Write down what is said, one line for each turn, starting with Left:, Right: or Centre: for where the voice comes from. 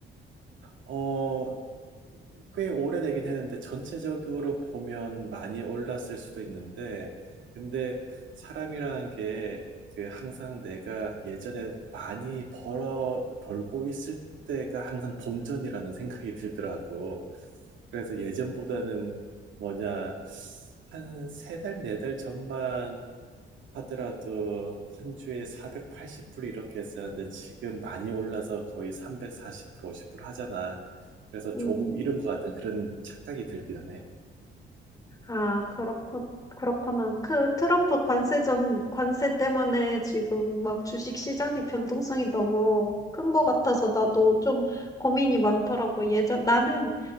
Right: 어, 꽤 오래되긴 했는데 전체적으로 보면 많이 올랐을 수도 있는데 근데 사람이라는 게그 항상 내가 예전에 많이 벌어 벌고 있을 때가 항상 본전이라는 생각이 들더라고. 그래서 예전보다는 뭐냐 한 세 달, 네 달 전만 하더라도 한 주에 480불 이렇게 했었는데 지금 많이 올라서 거의 340불, 50불 하잖아. 그래서
Left: 음.
Right: 조금 잃은 것 같은 그런 착각이 들기는 해.
Left: 아, 그렇고, 그렇구나. 그 트럼프 관세전, 관세 때문에 지금 막 주식 시장의 변동성이 너무 큰 것 같아서 나도 좀 고민이 많더라고. 예전, 나는,